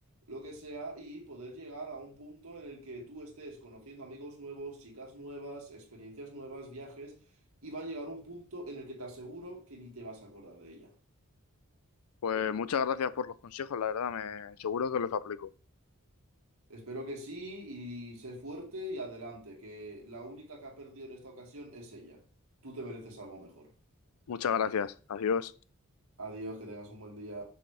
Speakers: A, on the right; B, on the left.
A: lo que sea, y poder llegar a un punto en el que tú estés conociendo amigos nuevos, chicas nuevas, experiencias nuevas, viajes, y va a llegar un punto en el que te aseguro que ni te vas a acordar de ella.
B: Pues muchas gracias por los consejos, la verdad, me seguro que los aplico.
A: Espero que sí y sé fuerte y adelante, que la única que ha perdido en esta ocasión es ella. Tú te mereces algo mejor.
B: Muchas gracias. Adiós.
A: Adiós, que tengas un buen día.